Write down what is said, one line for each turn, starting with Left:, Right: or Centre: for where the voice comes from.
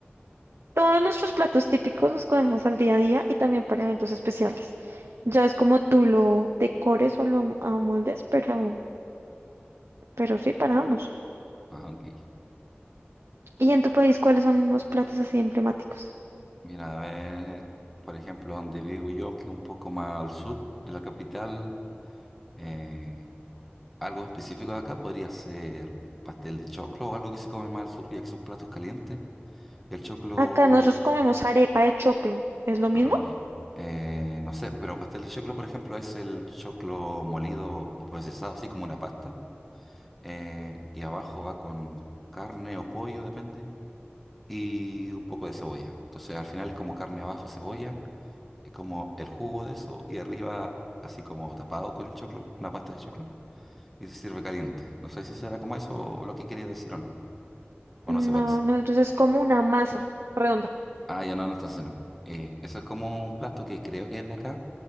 Right: Todos nuestros platos típicos los comemos al día a día y también para eventos especiales. Ya es como tú lo decores o lo amoldes, pero, pero sí, para ambos.
Centre: Ah, ok.
Right: ¿Y en tu país cuáles son los platos así emblemáticos?
Centre: Mira, a ver, por ejemplo, donde vivo yo, que es un poco más al sur de la capital, eh, algo específico de acá podría ser pastel de choclo o algo que se come más al sur, ya que son platos calientes. El choclo
Right: Acá nosotros comemos arepa de choclo. ¿Es lo
Centre: Ah,
Right: mismo?
Centre: ya. Eh, no sé, pero pastel de choclo, por ejemplo, es el choclo molido o procesado, así como una pasta. eh, y abajo va con carne o pollo, depende, y un poco de cebolla. Entonces, al final es como carne abajo, cebolla, y como el jugo de eso, y arriba, así como tapado con el choclo, una pasta de choclo, y se sirve caliente. No sé si será como eso o lo que quería decir o no, o
Right: No,
Centre: no se parece.
Right: nosotros es como una masa redonda.
Centre: Ah, ya no, no, entonces no. Eh, eso es como un plato que creo que es de acá